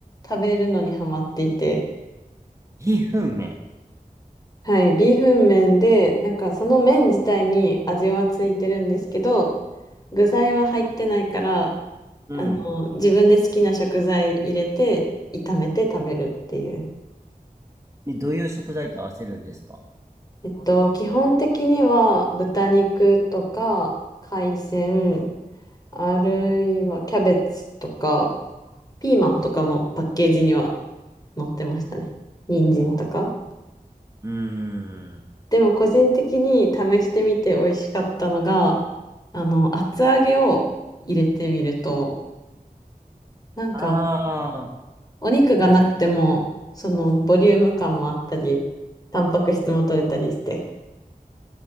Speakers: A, on the left; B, on the right.
A: 食べるのにハマっていて、
B: ビーフン麺。
A: はい、ビーフン麺で、なんかその麺自体に味はついてるんですけど、具材は入ってないから、
B: うん。
A: あの、自分で好きな食材入れて炒めて食べるっていう。
B: でどういう食材と合わせるんですか
A: えっと、基本的には豚肉とか海鮮、あるいはキャベツとか、ピーマンとかもパッケージには載ってましたね。人参とか。
B: うーん。
A: でも個人的に試してみて美味しかったのが、あの、厚揚げを入れてみると、なんか
B: ああ。
A: お肉がなくても、
B: あ、
A: そのボリューム感もあったり、タンパク質も取れたりして、